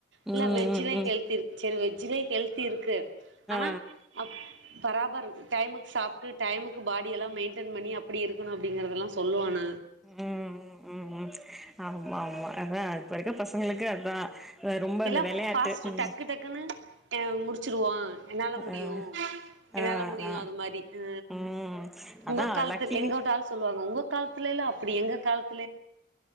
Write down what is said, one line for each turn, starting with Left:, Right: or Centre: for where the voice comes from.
Right: இல்ல
Centre: ம்
Right: வெஜ் ஹல்திக்கு
Centre: ம் ம்
Right: சரி வெஜ் ஹெல்திர் இருக்கு ஆனா
Centre: ஆ
Right: அப் பராபர்ரு டைமுக்கு சாப்ட்டு டைமுக்கு பாடி அப்டி எலாம் மெயிடயின் பண்ணி அப்டி இருக்கனும் அப்டிங்கறதெல்லா சொல்லுவான
Centre: உம் உம் உம் ஆமா ஆமா அதா து இப்ப இருக்க பசங்களுக்கு அதா ரொம்ப
Right: எல்லா
Centre: அந்த வெளையாட்டு
Right: பாஸ்ட்
Centre: ம்
Right: டக்கு டக்குன்னு முடிச்சிருவோ என்னால முடியும்
Centre: ஆ
Right: என்னால
Centre: ஆ
Right: முடியும்
Centre: ஆ
Right: அது மாரி அ
Centre: ம்
Right: உங்க
Centre: அதா
Right: காலத்து
Centre: லக்கிலி
Right: எங்க வீட் ஆள் சொல்லுவாங்க உங்க காலத்துலல்ல அப்டி எங்க எங் காலத்